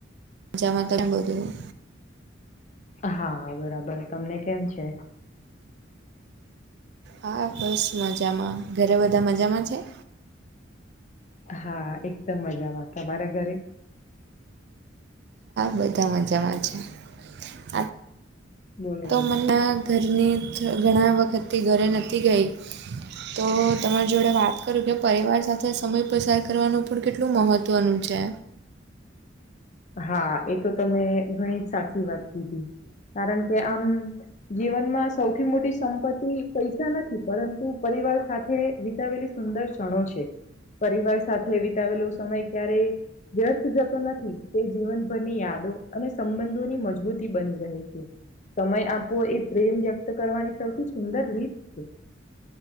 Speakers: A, on the right (about 60°); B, on the left (about 40°).
A: મજામાં તને બધું.
B: હા બરાબર તમને કેમ છો.
A: હા બસ મજામાં ઘરે બધા મજામાં છો.
B: હા એકદમ મજામાં તમારા ઘરે..
A: બધા માંજામાં છે. આ
B: બોલો
A: તો
B: બોલો.
A: મને ઘરની ઘણા વખતથી ઘરે નતી ગઈ. તો તમારી જોડે વાત કરું કે પરિવાર સાથે સમય પસાર કરવાનું પણ કેટલું મહત્ત્વનું છે.
B: હા એ તો તમે ઘણી જ સાચી વાત કીધી કારણ કે આમ જીવનમાં સૌથી મોટી સંપત્તિ પૈસા નથી પરંતુ પરિવાર સાથે વિતાવેલી સુંદર ક્ષણો છે. પરિવાર સાથે વિતાવેલો સમય ક્યારેય વ્યર્થ જતો નથી. તે જીવનભરની યાદો અને સંબંધોની મજબૂતી બની રહે છે. સમય આપવો એ પ્રેમ વ્યક્ત કરવાની સૌથી સુંદર રીત છે